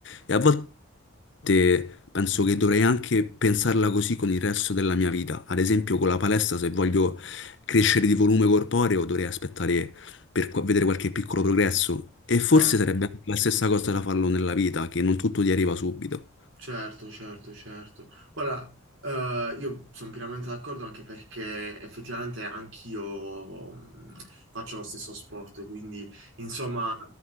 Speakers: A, on the left; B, on the right.
A: E a volte volte penso che dovrei anche pensarla così con il resto della mia vita. Ad esempio, con la palestra, se voglio crescere di volume corporeo, dovrei aspettare per qua- vedere qualche piccolo progresso. E forse
B: Certo,
A: sarebbe
B: sì.
A: anche la stessa cosa da farlo nella vita, che non tutto ti arriva subito.
B: certo, certo, certo. Ora, eh, io sono pienamente d'accordo anche perché effettivamente anch'io mh, faccio lo stesso sport, quindi insomma,